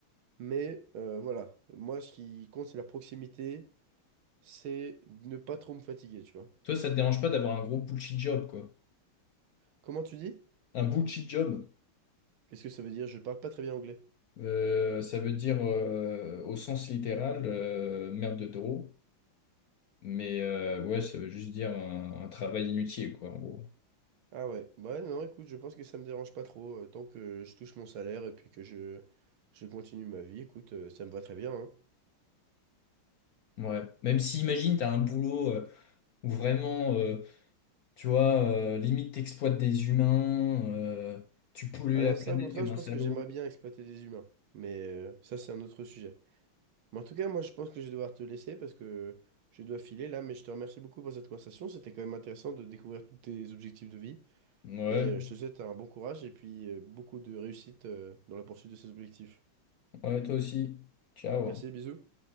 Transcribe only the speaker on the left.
Toi, ça te dérange pas d'avoir un gros bullshit job, quoi.
Un bullshit job.
Euh, ça veut dire euh, au sens littéral euh, merde de taureau, mais euh, ouais, ça veut juste dire un, un travail inutile, quoi, en gros.
Ouais. Même si, imagine, t'as un boulot euh, où vraiment, euh, tu vois, euh, limite t'exploites des humains, euh, tu pollues
la
planète
comme
un
salaud.
Ouais,
ouais, toi aussi. Ciao.